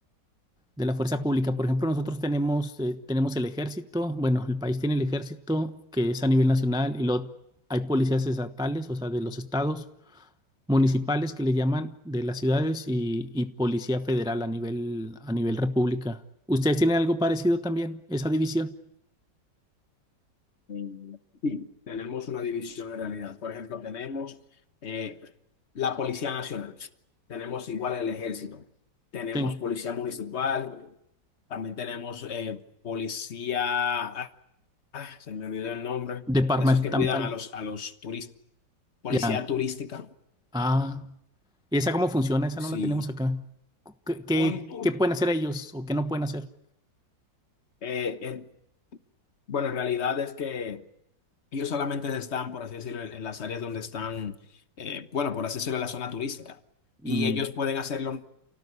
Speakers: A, in the centre; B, on the left.
A: de la fuerza pública? Por ejemplo, nosotros tenemos, eh, tenemos el ejército, bueno, el país tiene el ejército que es a nivel nacional y luego hay policías estatales, o sea, de los estados, municipales que le llaman de las ciudades y, y policía federal a nivel, a nivel república. ¿Ustedes tienen algo parecido también, esa división?
B: Eh, sí, tenemos una división en realidad. Por ejemplo, tenemos eh, la Policía Nacional, tenemos igual el Ejército, tenemos
A: Sí,
B: Policía Municipal, también tenemos eh, Policía, ah, ah, se me olvidó el nombre,
A: departamental.
B: de esos que cuidan a los, a los turistas, Policía
A: Ya.
B: Turística,
A: Ah. ¿Y esa cómo funciona? Esa
B: sí.
A: no la tenemos acá. ¿Qué, qué-
B: Politur.
A: qué pueden hacer ellos o qué no pueden hacer?
B: Eh, eh, bueno, en realidad es que Ellos solamente están, por así decirlo, en en las áreas donde están, eh, bueno, por así decirlo, en la zona turística. Y
A: Mm,
B: ellos pueden hacer lo